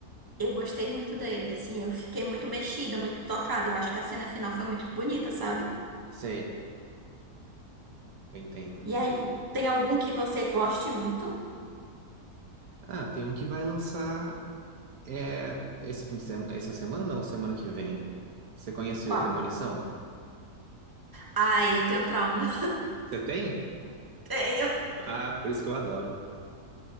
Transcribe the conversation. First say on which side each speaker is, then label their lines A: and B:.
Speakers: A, on the right; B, on the right.
A: Eu gostei muito dele, assim, eu fiquei muito mexida, muito tocada. Eu acho que a cena final foi muito bonita, sabe?
B: Sei, eu entendo.
A: E aí, tem algum que você goste muito?
B: Ah, tem um que vai lançar é, esse fim de semana, essa semana ou semana que vem? Você conhece
A: Qual?
B: o Premonição?
A: Ai, eu tenho trauma.
B: Você tem?
A: <laughs> Tenho.
B: Ah, por isso que eu adoro.